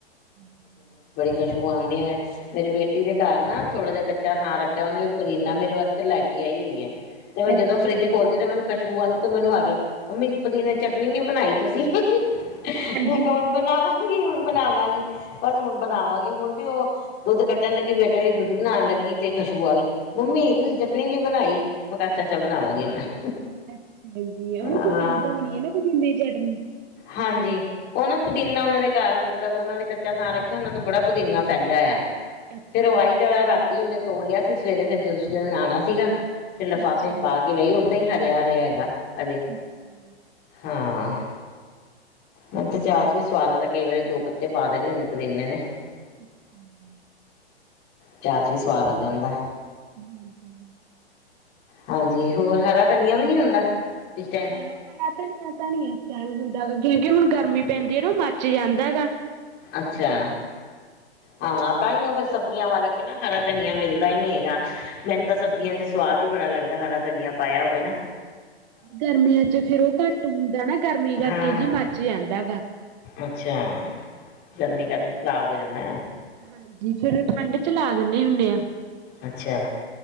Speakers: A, on the right; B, on the left.
A: ਹੂੰ, ਹੂੰ
B: ਖੁਸਬੂ ਆਦੀ ਆ ਮੇਰੀ ਬੇਟੀ ਦੇ ਘਰ ਨਾ ਥੋੜਾ ਜਿਹਾ ਕੱਚਾ ਥਾਂ ਰੱਖਿਆ ਉਹਨੇ ਵੀ ਪੁਦੀਨਾ ਮੇਰੇ ਵਾਸਤੇ ਲੈ ਕੇ ਆਈ ਹੋਈ ਹੈ। ਤੇ ਮੈਂ ਜਦੋਂ
A: ਅੱਛਾ
B: ਫਰਿੱਜ ਖੋਲਦੀ ਤੇ ਮੈਨੂੰ ਖੁਸ਼ਬੂ ਆਉਂਦੀ ਤੇ ਮੈਨੂੰ ਹਰ ਰਈ ਮੰਮੀ ਪੁਦੀਨੇ ਦੀ ਚਟਨੀ ਨੀ ਬਣਾਈ ਤੁਸੀਂ। ਮੈਂ
A: ਹਾਂਜੀ
B: ਕਿਹਾ ਹੁਣ ਮੈਗੀ ਹੁਣ ਬਣਾਵਾਂਗੀ। ਬਸ ਹੁਣ ਬਣਾਵਾਂਗੀ ਹੁਣ ਵੀ ਉਹ ਦੁੱਧ ਕੱਢਣ ਲੱਗੀ ਬੇਟੇ ਲਈ ਦੁੱਧ ਬਣਾਉਣ ਲੱਗੀ ਤੇ ਖੁਸ਼ਬੂ ਆ ਗਈ ਮੰਮੀ ਤੁਸੀਂ ਚਟਨੀ ਨੀ ਬਣਾਈ ਮੈਂ ਕਿਹਾ ਅਛਾ ਚਲ ਬਣਾਵਾਂਗੀ ਹੁਣ
A: ਅੱਛਾ ਜੀ ਉਹ ਨਾ
B: ਹਾਂ
A: ਪਸੰਦ ਹੋਣੀ ਆ ਨਾ ਪੁਦੀਨੇ ਦੀ ਚਟਨੀ
B: ਹਾਂਜੀ ਉਹ ਨਾ ਪੁਦੀਨਾ ਉਹਨਾ ਦੇ ਘਰ ਮਤਲਬ ਉਹਨਾਂ ਨੇ ਕੱਚਾ ਸਾਂ ਰੱਖਿਆ ਉਹਨਾਂ ਤੇ ਬੜਾ ਪੁਦੀਨਾ ਫੈਲਿਆ ਹੋਇਆ
A: ਅੱਛਾ
B: ਫੇਰ ਉਹ ਆਈ ਤੇ ਰਾਤੀ ਉਹਨੇ ਤੋੜ ਲਿਆ ਸੀ ਸਵੇਰੇ ਫਿਰ ਜਦ ਉਸ ਦਿਨ ਆਉਣਾ ਸੀਗਾ ਫਿਰ ਲਿਫਾਫੇ
A: ਅੱਛਾ
B: ਪਾ ਕੇ ਲਈ ਦਾਂ ਹੀ ਹਰਿਆ ਰਿਹਾ ਹੈਗਾ ਹਜੇ
A: ਅੱਛਾ।
B: ਹਾਂ ਮੈਨੂੰ ਤੇ ਚਾਹ ਅ ਚ ਵੀ ਸਵਾਦ ਲੱਗਦਾ ਕਈ ਵਾਰੀ ਦੋ ਪੱਤੇ ਪਾ ਦੇਣੇ ਹੁੰਨੇ ਪੁਦੀਨੇ ਦੇ
A: <inaudible>
B: ਚਾ ਚ ਵੀ ਸਵਾਦ ਲੱਗ ਜਾਂਦਾ
A: <inaudible>
B: ਹਾਂਜੀ ਹੋਰ ਹਰਾ ਧਨੀਆ ਵੀ ਨਹੀਂ ਹੁੰਦਾ ਇਸ ਟਾਈਮ
A: ਹ ਹਾਂ ਧਣੀਆਂ ਧਨੀਆਂ ਤਾ ਨੀ ਹੈ ਜਿਦਾ ਕਿਉਂਕਿ ਹੁਣ ਗਰਮੀ ਪੈਂਦੀ ਹੈ ਨਾ ਮੱਚ ਜਾਂਦਾ ਹੈ ਗਗਾ
B: ਅੱਛਾ ਹਾਂ ਤਾਂਹੀਓ ਫੇਰ ਸਬਜ਼ੀਆਂ ਵਾਲੇ ਕੋ ਨਾ ਹਰਾ ਧਨੀਆ ਮਿਲਦਾ ਹੀ ਨਹੀਂ ਹੈਗਾ ਮੈਨੂੰ ਤਾਂ ਸਬਜ਼ੀਆਂ ਚ ਸਵਾਦ ਹੀ ਬੜਾ ਲੱਗਦਾ ਹਰਾ ਧਨੀਆ ਪਾਇਆ ਹੋਵੇ ਨਾ
A: ਗਰਮੀਆਂ ਚ ਫੇਰ ਉਹ ਘੱਟ ਹੁੰਦਾ ਨਾ ਗਰਮੀ ਕਰਕੇ
B: ਹਾਂ
A: ਜੀ ਮੱਚ ਜਾਂਦਾ ਗਾ
B: ਅੱਛਾ ਗਰਮੀ ਕਰਕੇ ਖ਼ਰਾਬ ਹੋ ਜਾਂਦਾ। ਮੈਂ
A: ਹਾਂਜੀ ਫਿਰ ਠੰਡ ਚ ਲਾ ਦਿੰਦੇ ਹੁੰਦੇ ਆ।
B: ਅੱਛਾ